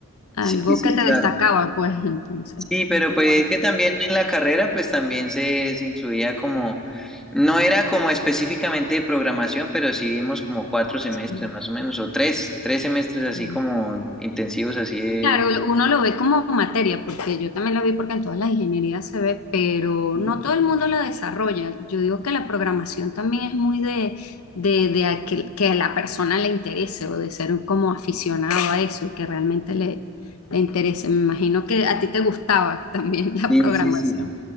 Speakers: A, on the left (about 85°); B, in the centre.
A: algo
B: sí, sí, sí,
A: que te
B: claro.
A: destacaba, pues entonces.
B: Sí, pero
A: Qué
B: pues
A: bueno,
B: que también en la carrera, pues también se, se incluía como, no era como específicamente de programación, pero sí vimos como cuatro semestres
A: sí,
B: más o menos, o tres, tres semestres
A: sí.
B: así como intensivos, así de...
A: Claro, lo- uno lo ve como materia, porque yo también lo vi porque en todas las ingenierías se ve, pero
B: Ujú.
A: no todo el mundo la desarrolla. Yo digo que la programación también es muy de, de, de aquel- que a la persona le interese o de ser como aficionado a eso, que realmente le, le interese. Me imagino que a ti te gustaba también <laughs> la
B: Sí,
A: programación.
B: sí, sí.